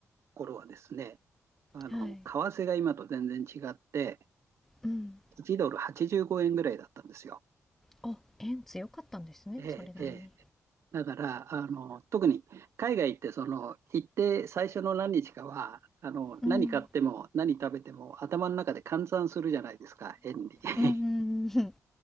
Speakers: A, on the right; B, in the centre.
A: 頃はですね、あの、
B: はい
A: 為替が今と全然違って、
B: うん
A: 1ドル85円ぐらいだったんですよ。
B: あ円強かったんですねそれなりに
A: ええ、ええだから、あの、特に海外ってその、行って最初の何日かは、あの、
B: うん
A: 何買っても何食べても頭の中で換算するじゃないですか、円に。<laughs>
B: うんうんうん